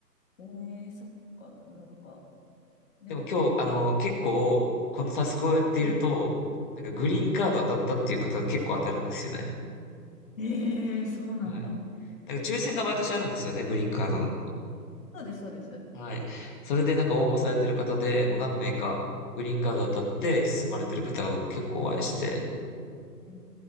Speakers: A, on the left; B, on the left.
A: う。えー、そっか、なんか、でも、
B: でも今日、あの、結構、
A: え
B: このタスクをやっていると、
A: うん。
B: なんかグリーンカード当たったっていう方が結構当たるんですよね。
A: えー、そうなんだ。
B: はい。なんか抽選が毎年あるんですよね、グリーンカードの。
A: そうです、そうです。
B: はい。それでなんか応募されてる方で、もう何名かグリーンカード当たって進まれてる方を結構お会いして、
A: え